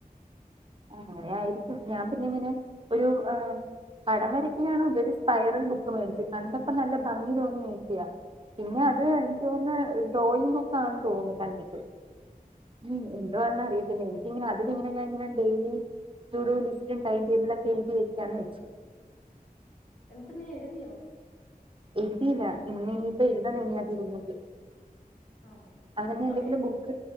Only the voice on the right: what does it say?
അങ്ങനെ ആയിരിക്കും ഞാൻ പിന്നെ ഇങ്ങനെ ഒരു ആ പടം വരക്കുന്നാണോ അതൊരു സ്പൈറൽ ബുക്ക് മേടിച്ചത് കണ്ടപ്പോ നല്ല ഭംഗി തോന്നി മേടിക്കിയ പിന്നെ
അത് എനിക്ക് തോന്നുന്ന ഡ്രോയിങ് ബുക്കാന് തോന്നുന്നു കണ്ടിട്ട് ഉം എന്തവാന്ന് അറിയത്തില്ല എനിക്കിങ്ങനെ അതിലിങ്ങനെ ഞനെ ഡെയിലി സ്റ്റുഡോ ലിസ്റ്റും ടൈം ടേബിള ഒക്കെ എഴുതി വെക്കാന്ന് വെച്ചു
എഴുതിയില്ല ഇന്ന ഇനിയിപ്പോ എഴുതണം ഇനി ഇരുന്നിട്ട്
അങ്ങനെ എന്തെങ്കിലും
ബുക്ക്